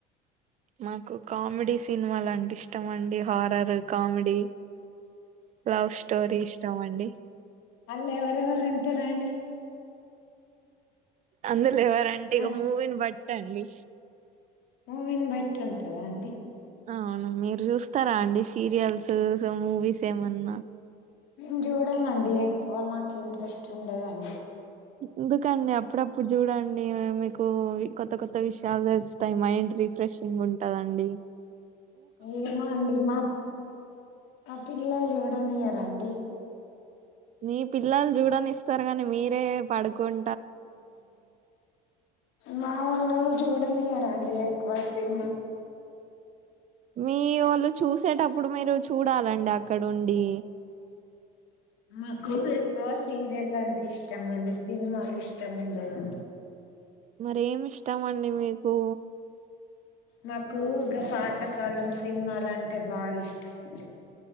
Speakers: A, on the right; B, on the left.
A: మాకు కామెడీ సినిమాలంటే ఇష్టం అండి హారర్. కామెడి లవ్ స్టోరి ఇ ఇష్టమండి.
B: అళ్లా ఎవరెవరు ఉంటారండి.
A: అందులో ఎవరంటే ఇక
B: ఆ
A: మూవీని బట్టి అండి
B: మూవీని బట్టి ఉంటదా అండి.
A: అవును మీరు చూస్తారు. అండి సీరియల్స్ మూవీస్ ఏమన్నా
B: మేము చూడమండి ఎక్కువ మాకు ఇంట్రెస్ట్ ఉండదండి.
A: ఎందుకండి అప్పుడప్పుడు చూడండి. మీకు కొత్త కొత్త విషయాలు తెలుస్తాయి మైండ్ రిఫ్రెషింగ్ ఉంటందండి.
B: ఏమో అండి మాప్ మా పిల్లల్ జూడనియరండి
A: నీ పిల్లల్ జూడనిస్తా గాని మీరే పడుకుం
B: మా వొళ్ళు చూడనియరండి ఎక్కువ సిన్మా
A: మీ వోళ్ళు చూసేటప్పుడు మీరు చూడాలండి అ క్కడుండి
B: మాకు ఎక్కువ సీరియల్లంటె ఇష్టమండి సినిమాలిష్టముండదు
A: మరేమి ష్టమండి మీకు
B: నాకు గ పాతకాలం సిన్మాలంటే బాగిష్టం